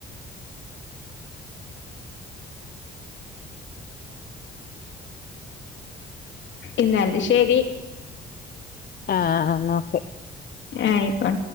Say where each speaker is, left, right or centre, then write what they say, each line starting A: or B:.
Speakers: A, on the left; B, on the left.
A: ഇന്നാല് ശരി
B: ആ ആ എന്ന ഓക്കെ
A: ആയിക്കോട്ടെ